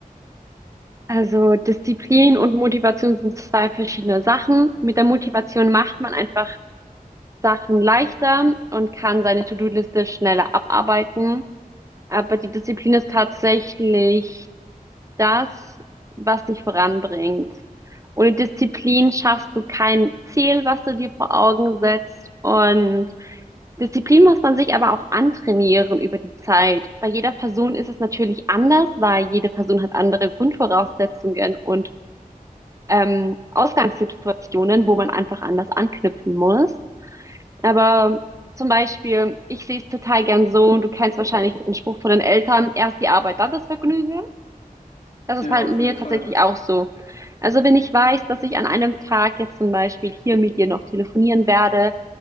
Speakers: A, on the right; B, on the left.
A: Also Disziplin und Motivation sind zwei verschiedene Sachen. Mit der Motivation macht man einfach Sachen leichter und kann seine To-Do-Liste schneller abarbeiten. Aber die Disziplin ist tatsächlich das, was dich voranbringt. Ohne Disziplin schaffst du kein Ziel, was du dir vor Augen setzt. Und Disziplin muss man sich aber auch antrainieren über die Zeit. Bei jeder Person ist es natürlich anders, weil jede Person hat andere Grundvoraussetzungen und ähm, Ausgangssituationen, wo man einfach anders anknüpfen muss. Aber zum Beispiel, ich sehe es total gern so, und du kennst wahrscheinlich den Spruch von den Eltern, erst die Arbeit, dann das Vergnügen. Das ist
B: Ja,
A: bei
B: auf
A: mir
B: jeden Fall.
A: tatsächlich auch so. Also wenn ich weiß, dass ich an einem Tag jetzt zum Beispiel hier mit dir noch telefonieren werde